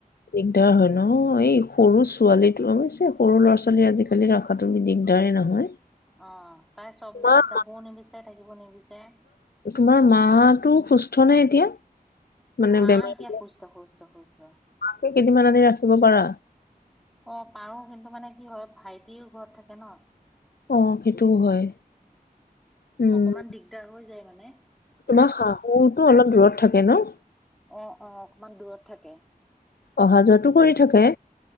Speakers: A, on the left; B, in the centre.
A: দিগদাৰ হয় ন এই সৰু ছোৱালীটো অৱশ্যে সৰু ল'ৰা ছোৱালী আজিকালি ৰাখাটো দিগদাৰ -দাৰে নহয়
B: অ তাই চব
A: তোমাৰ
B: জেগাত যাবও নিবিচাৰে থাকিবও নিবিচাৰে
A: তোমাৰ মাতো সুস্থ নে এতিয়া মানে
B: মা
A: বেমাৰ
B: এতিয়া সুস্থ সুস্থ সুস্থ
A: কেইদিনমান আনি ৰাখিব পাৰা।
B: অ পাৰো কিন্তু মানে কি হয় ভাইটিও ঘৰত থাকে ন
A: অ সেইটোও হয় উম।
B: অকমান দিগদাৰ হৈ যায় মানে
A: তোমাৰ শাহুটো অলপ দূৰত থাকে ন
B: অ অ অকমান দূৰত থাকে
A: অহা যোৱাটো কৰি থাকে